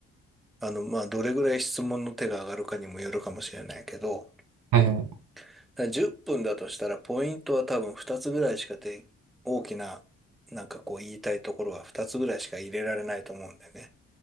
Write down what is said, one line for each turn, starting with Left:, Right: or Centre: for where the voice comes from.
Centre: あの、まあ、どれぐらい質問の手が上がるかにもよるかもしれないけど、
Right: はいはい
Centre: だから10分だとしたら、ポイントは多分2つぐらいしかで、大きな、なんかこう言いたいところは2つぐらいしか入れられないと思うんだよね。